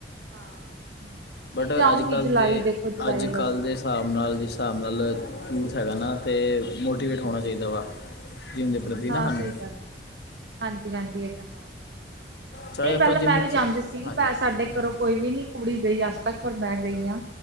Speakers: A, on the right; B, on the left.
A: ਹਾਂ ਹੂੰ ਨਹੀਂ
B: ਬਟ
A: ਜਾਊਂਗੀ
B: ਅੱਜ ਕੱਲ੍ਹ
A: ਜੁਲਾਈ
B: ਦੇ
A: ਦੇਖੋ ਜੁਲਾਈ
B: ਅੱਜ
A: ਅਗਸਤ
B: ਕੱਲ੍ਹ ਦੇ ਹਿਸਾਬ ਨਾਲ ਜਿਸ ਹਿਸਾਬ ਨਾਲੂ ਹੈਗਾ ਨਾ ਅਤੇ ਮੋਟੀਵੇਟ ਹੋਣਾ ਚਾਹੀਦਾ ਵਾ ਜਿਮ ਦੇ ਪ੍ਰਤੀ ਨਾ
A: ਹਾਂ
B: ਸਾਨੂੰ
A: ਸਹੀ ਗੱਲ ਹੈ ਹਾਂਜੀ ਹਾਂਜੀ ਹ
B: ਚਾਹੇ
A: ਨਹੀਂ
B: ਆਪਾਂ
A: ਪਹਿਲਾਂ
B: ਜਿਮ
A: ਮੈਂ ਵੀ
B: ਚ
A: ਜਾਂਦੀ ਸੀ
B: ਹਾਂਜੀ
A: ਸਾਡੇ
B: ਹਾਂਜੀ।
A: ਘਰੋਂ ਕੋਈ ਵੀ ਨੀ ਕੁੜੀ ਗਈ ਅੱਜ ਤੱਕ ਪਰ ਮੈਂ ਗਈ ਹਾਂ